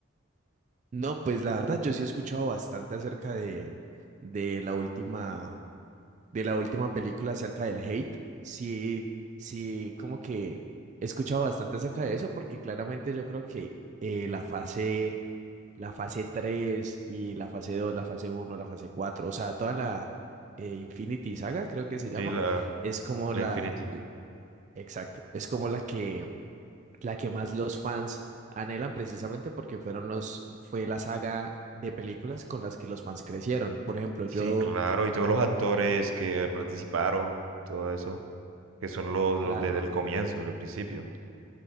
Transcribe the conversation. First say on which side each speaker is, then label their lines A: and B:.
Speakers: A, on the right; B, on the right.
A: No, pues la verdad yo sí he escuchado bastante acerca de, de la última, de la última película acerca del hate. Sí, sí, como que he escuchado bastante acerca de eso porque claramente yo creo que eh, la fase la fase 3 y la fase dos la fase uno la fase cuatro o sea, toda la eh, Infinity Saga, creo que se llama,
B: Sí, la,
A: es como
B: la
A: la,
B: Infinity.
A: exacto, es como la que, la que más los fans anhelan precisamente porque fueron los, fue la saga de películas con las que los fans crecieron. Por ejemplo,
B: Sí,
A: yo,
B: claro, y todos los actores que participaron y todo eso, que son los,
A: claro,
B: los desde el comienzo, del principio.